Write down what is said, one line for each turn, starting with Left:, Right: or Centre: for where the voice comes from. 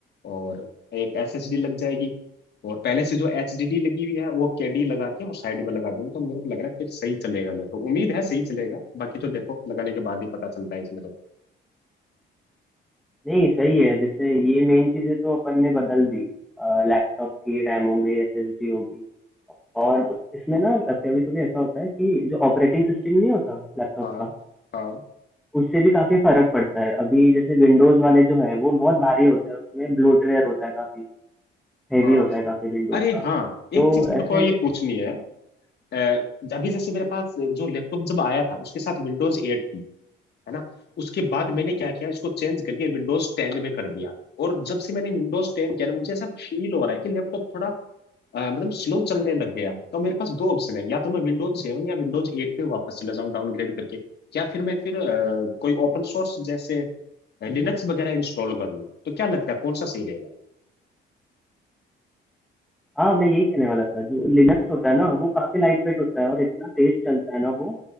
Left: और एक एसएसडी लग जाएगी और पहले से जो एचडीडी लगी हुई है वो केडी लगा के और साइड में लगा दूंगा तो मेरे को लग रहा है फिर सही चलेगा ले तो उम्मीद है सही चलेगा बाकी तो देखो लगाने के बाद ही पता चलता है इसमें तो
Centre: नहीं सही है जैसे ये मेन चीज़ें तो अपन ने बदल दी लैपटॉप की रैम हो गई एसएसडी हो गई और इसमें ना कभी कभी ऐसा होता है कि जो ऑपरेटिंग सिस्टम नहीं होता लैपटॉप
Left: हाँ
Centre: का
Left: हाँ
Centre: उससे भी काफ़ी फ़र्क पड़ता है अभी जैसे विंडोज़ वाले जो है वो बहुत भारी होता है उसमें ब्लोटवेयर होता है काफ़ी हैवी
Left: हाँ
Centre: होता है काफ़ी विंडोज़
Left: अरे
Centre: का तो
Left: हाँ एक चीज मेरे
Centre: ऐसे
Left: को ये पूछनी है अ, अभी जैसे मेरे पास जो लैपटॉप जब आया था उसके साथ विंडोज 8 थी है ना उसके बाद मैंने क्या किया इसको चेंज करके विंडोज 10 में कर दिया और जब से मैंने विंडोज 10 किया ना मुझे ऐसा फील हो रहा है कि लैपटॉप थोड़ा अ, मतलब स्लो चलने लग गया तो मेरे पास दो ऑप्शन है या तो मैं विंडोज सेवन या विंडोज एट पे वापस चला जाऊं डाउनग्रेड करके या फिर मैं फिर अ, कोई ओपन सोर्स जैसे लिनक्स वगैरह इंस्टॉल कर लूं तो क्या लगता है कौन सा सही रहेगा
Centre: हाँ मैं यही कहने वाला था जो लिनक्स होता है ना वो काफ़ी लाइट वेट होता है और इतना तेज़ चलता है ना वो